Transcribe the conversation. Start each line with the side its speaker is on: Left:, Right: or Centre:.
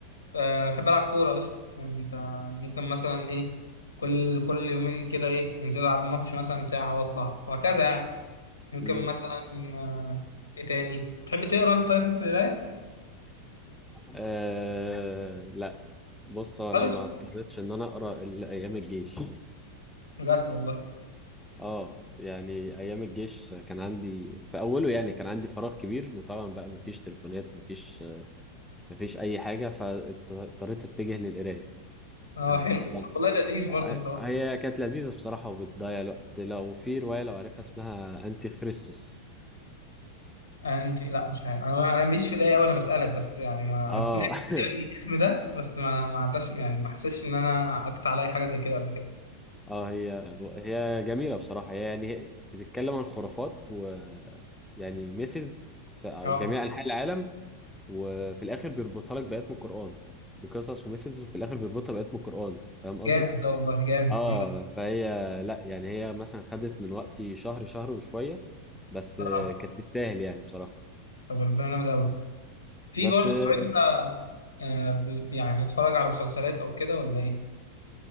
Left: آه، بحب العب كوره قشطه انت ممكن مثلا ايه كل كل يومين كده ايه انزل العب ماتش مثلا ساعه واطلع وهكذا يعني ممكن
Centre: امم
Left: مثلا آه، ايه تاني تحب تقرا انت طيب في القرايه
Centre: آه... لا بص انا
Left: خالص
Centre: ما اضطريتش ان انا اقرا الا ايام الجيش
Left: بجد والله
Centre: اه يعني ايام الجيش كان عندي في اوله يعني كان عندي فراغ كبير وطبعا بقى ما فيش تليفونات ما فيش مفيش اي حاجه فاضطريت اتجه للقرايه
Left: اه
Centre: آه،
Left: حلو والله لذيذ برضه
Centre: آه،
Left: الحوار
Centre: هي كانت لذيذه بصراحه وبتضيع الوقت لو في روايه لو عارفها اسمها انتي خريستوس
Left: انت لا مش عارف انا انا ماليش في القرايه قوي انا بسالك بس يعني ما
Centre: اه
Left: انا سمعت يعني
Centre: <laughs>
Left: الاسم ده بس ما ما عداش يعني ما حسيتش ان انا عدت عليا حاجه زي كده قبل كده
Centre: اه هي هي جميله بصراحه هي يعني بتتكلم عن خرافات و يعني ميثز في
Left: اه
Centre: جميع انحاء العالم وفي الاخر بيربطها لك بايات من القران بقصص وميثز وفي الاخر بيربطها بايات من القران فاهم قصدي
Left: جامد ده والله جامد
Centre: اه
Left: جامد أوي.
Centre: فهي لا يعني هي مثلا خدت من وقتي شهر شهر وشوية بس
Left: آه،
Centre: آه، كانت تستاهل يعني بصراحة
Left: طب ربنا جامد قوي في
Centre: بس
Left: برضه
Centre: اه
Left: طب انت آه، ب- يعني بتتفرج على مسلسلات او كده ولا ايه